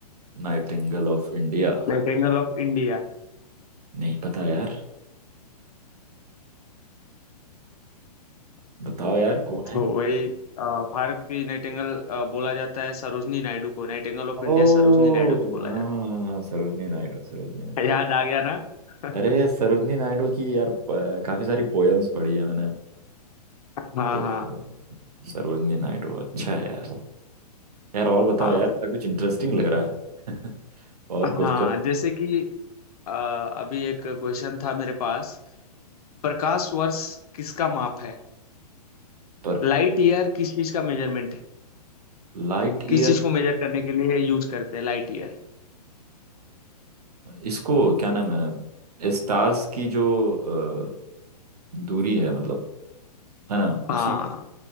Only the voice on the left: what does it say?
Nightingale of India
तो
वही अ, भारत की नाइटिंगेल अ, बोला जाता है सरोजनी नायडू को nightingale of
India Sarojini Naidu को बोला
जाता
है <laughs> याद आ गया ना <laughs>
हाँ
हाँ
हाँ
हाँ
जैसे कि अ, अभी एक क्वेश्चन था मेरे पास प्रकाश वर्ष किसका माप है
लाइट ईयर किस चीज का मेजरमेंट है
किस चीज को मेजर करने के लिए यूज करते हैं लाइट ईयर
हाँ